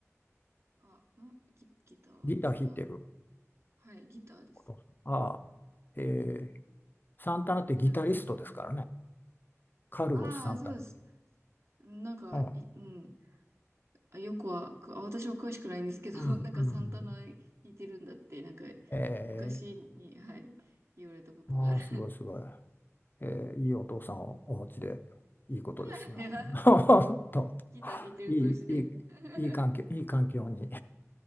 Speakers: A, on the right; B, on the left.
A: あ、あギ、ギターギター
B: ギター弾いてる
A: はい、ギターです。
B: お父さん。ああ、ええサンタナってギタリストですからね。
A: <laughs>
B: カルロス・
A: ああ、
B: サンタナってい
A: そうです。なんか、
B: う。うん、
A: い、うん。あ、よくは、くあ私は詳しくないんですけど、
B: うん、
A: <laughs> なんかサンタナ弾いてるんだって、
B: うん。うん
A: なんか
B: ええ
A: 昔に、はい、言われたことがある。
B: ああ、すごい、すごい。えーいいお父さんをお持ちでいいことですよ。
A: <laughs>
B: <laughs> 本当、
A: ギター弾いてる同士で。
B: いい、いい、
A: <laughs>
B: いい環境、いい環境に、